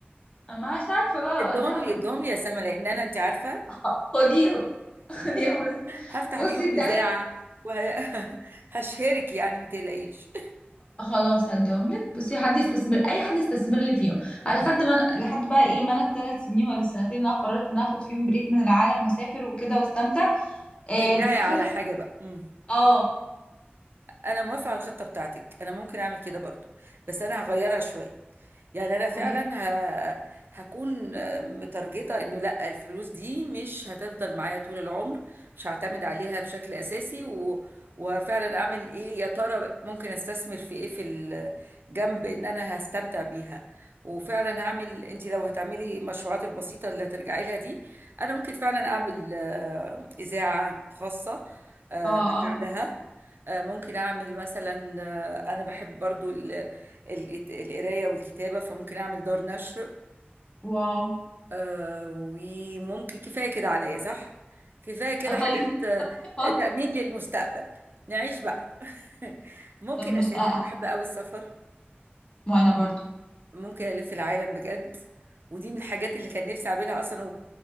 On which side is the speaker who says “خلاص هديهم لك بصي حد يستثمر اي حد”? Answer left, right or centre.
Left